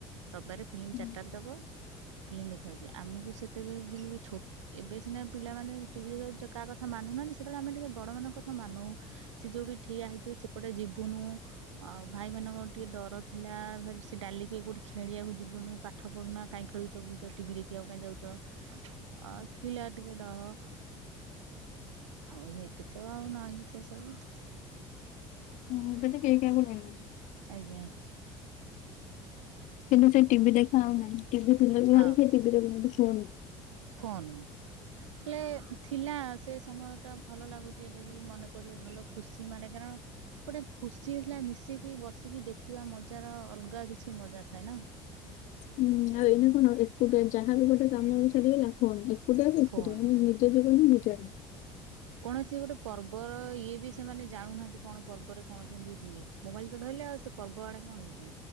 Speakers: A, on the right; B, on the left.
A: ରବାରେ ଫିଲ୍ମ
B: ହୁଁ,
A: ଚାରିଟାରେ ଦେବ ଫିଲ୍ମ ଦେଖିବାକୁ ଯିବେ, ଆମକୁ ସେତେବେଳେ ବି ଛୋ ଏବେ ସିନା ପିଲାମାନେ ଟିଭି ଦେଖା କାହା କଥା ମାନୁନାହାଁନ୍ତି, ସେତେବେଳେ ଆମେ ଟିକେ ବଡ ମାନଙ୍କ କଥା ମାନଉ। ସିଏ ଯୋଉଠି ଠିଆ ହେଇଥିବେ ସେପଟେ ଯିବୁନୁ। ଆଉ ଭାଇମାନଙ୍କର ଟିକେ ଡର ଥିଲା ସେ ଡାଲିକୁ କୋଉଠି ଖେଳିବାକୁ ଯିବୁନୁ ପାଠ ପଢୁନା କାହିଁକି ଖେଳୁଛ ବୁଲୁଛ ଟିଭି ଦେଖିବାକୁ କାଇଁ ଯାଉଚ ଅ ଥିଲା ଟିକେ ଡର। ଆଉ ଏବେ ତ ଆଉ ନାହିଁ ସେସବୁ।
B: ହଁ ଏବେ ତ କେହି କାହାକୁ ଡରୁନାହାନ୍ତି।
A: ଆଜ୍ଞା।
B: କିନ୍ତୁ ସେ ଟିଭି ଦେଖା ଆଉ ନାହିଁ, ଟିଭି ଥିଲେ ବି
A: ହଁ
B: ଘରେ କିଏ ଟିଭି ଦେଖୁନାହାନ୍ତି ଫୋନ୍।
A: ଫୋନ୍। ହେଲେ ଥିଲା ସେ ସମୟଟା ଭଲ ଲାଗୁଚି ଏବେବି ମନେ ପଡ଼ିଲେ ଭଲ ଖୁସି ମାଡେ କାରଣ ଗୋଟେ ଖୁସିଥିଲା ମିଶିକି ବସିକି ଦେଖିବା ମଜାର ଅଲଗା କିଛି ମଜା ଥାଏ ନା।
B: ହୁଁ ଆଉ ଏଇନା କଣ ଏକୁଟିଆ ଯାହାବି ଗୋଟେ କାମ ସରିଗଲା ଫୋନ ଏକୁଟିଆ ଯେ
A: ଫୋନ୍
B: ଏକୁଟିଆ ମାନେ ନି ନିଜ ଜୀବନ ନିଜର।
A: କୌଣସି ଗୋଟେ ପର୍ବର ଇଏ ବି ସେମାନେ ଜାଣୁନାହାନ୍ତି କଣ ପର୍ବରେ କଣ କେମିତି ହୁଏ। ମୋବାଇଲ ତ ଧଇଲେ ଆଉ ସେ ପର୍ବ ଆଡେ କଣ ଯିବେ